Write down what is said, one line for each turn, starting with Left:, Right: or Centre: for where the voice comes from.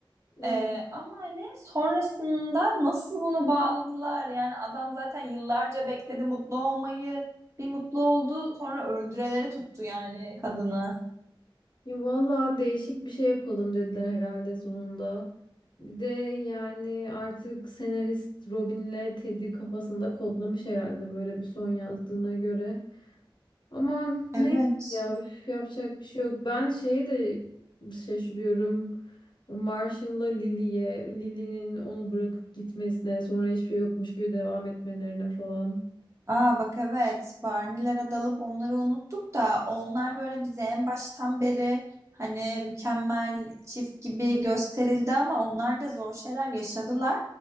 Left: Evet.
Right: Ee, ama hani sonrasında nasıl bunu bağladılar? Yani adam zaten yıllarca bekledi mutlu olmayı. Bir mutlu oldu, sonra öldüreleri tuttu yani kadını.
Left: Ya vallahi değişik bir şey yapalım dediler herhalde sonunda. Bir de yani artık senarist Robin'le Ted'i kafasında kodlamış herhalde böyle bir son yazdığına göre. Aman
Right: Evet.
Left: neyse ya üf, yapacak bir şey yok. Ben şeyi de şaşırıyorum. Marshall'la Lily'ye, Lily'nin onu bırakıp gitmesine, sonra hiçbir şey yokmuş gibi devam etmelerine falan.
Right: Aa bak evet. Barney'lere dalıp onları unuttuk da onlar böyle bize en baştan beri hani mükemmel çift gibi gösterildi ama onlar da zor şeyler yaşadılar.